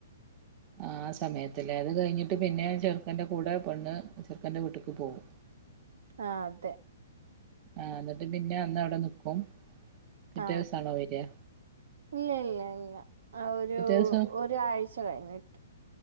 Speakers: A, on the right; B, on the right.
A: ആഹ് സമയത്തല്ലേ അത് കഴിഞ്ഞിട്ട് പിന്നെ ചെറുക്കന്റെ കൂടെ പെണ്ണ് ചെറുക്കൻ്റെ വീട്ടക്ക് പോകും
B: ആഹ് അതെ
A: ആഹ എന്നിട്ട് പിന്നെ അന്ന് അവിടെ നിക്കും പിറ്റേ
B: ആഹ്
A: ദിവസം ആണോ വരിയാ
B: ഇല്ല ഇല്ല ഇല്ല ആഹ് ഒരു
A: ദിവസം
B: ഒരാഴ്ച കഴിഞ്ഞിട്ട്